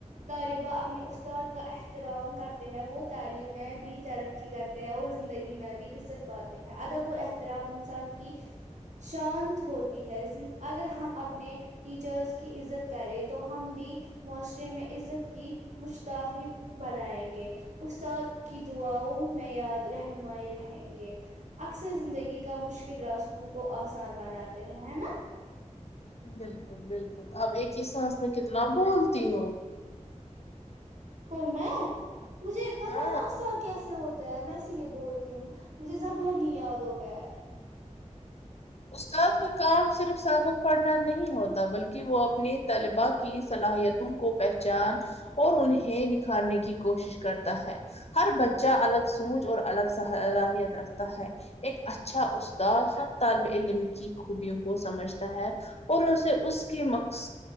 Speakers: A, on the right; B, on the left.
A: طالبہ اپنے اس استاد کا احترام کرتے ہیں وہ تعلیم میں بھی ترقی کرتے ہیں اور زندگی میں بھی عزت پاتے ہیں ادب و احترام انسان کی شان ہوتی ہے اگر ہم اپنے ٹیچرس کی عزت کریں تو ہم بھی معاشرے میں عزت کی مستحب بنائیں گے استاد کی دعاؤں میں یاد رہنمائی رہیں گے اکثر زندگی کا مشکل راستوں کو آسان بناتے ہیں نا
B: بالکل بالکل اپ ایک ہی سانس میں کتنا بولتی ہو
A: کون میں مجھے پتا
B: ہاں
A: ہے نا استاد کیسے ہوتے میں میں اسی لیے بولتی ہوں مجھے زبانی یاد ہو گیا ہے
B: استاد کا کام صرف سابق پڑھنا نہیں ہوتا بلکہ وہ اپنے طالبات کی صلاحیتوں کو پہچان اور انہیں نکھارنے کی کوشش کرتا ہے ہر بچہ الگ سوچ اور الگ صلاحیت رکھتا ہے ایک اچھا استاد ہر طالب علم کی خوبیوں کو سمجھتا ہے اور اسے اس کے مقص